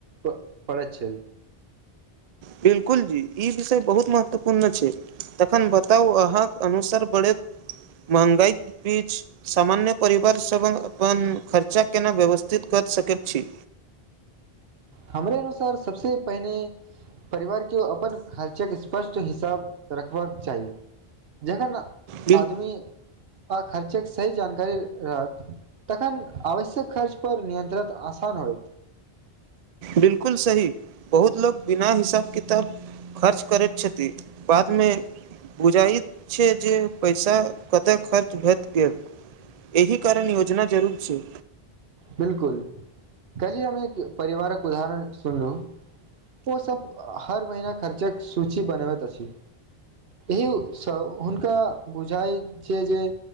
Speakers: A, on the right; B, on the right.
A: प परैत छैय
B: बिलकुल जी ई विषय बहुत महत्वपूर्ण छैय तखन बताउ अहाँके अनुस रबढ़ैत महगाई बीच सामान्य परिवार सभ अपन खर्चा केना व्यवस्थित कत सकैत छी
A: हमरा अनुसार सबसे पहिने परिवार के अपन खर्चक स्पष्ट हिसाब रखबाक चाही जखन
B: बिल
A: आदमी आ खर्चके सही जानकारी रहततखन आवश्यक खर्च परर नियन्त्रण आसान होयत
B: बिलकुल सही बहुत लोक बिना हिसाब किताब खर्च करैत छथि बादमे बुझाइत छैय जे पैसा कतऽ खर्च भेट गेल एहि कारण योजना जरूर छैय
A: बिलकुल कल ही हम एक परिवारक उदाहरण सुनलू ओ सब हर महीना खर्चक सूचि बनबैत अछी यौ सब हुनका बुझाइ छैय जे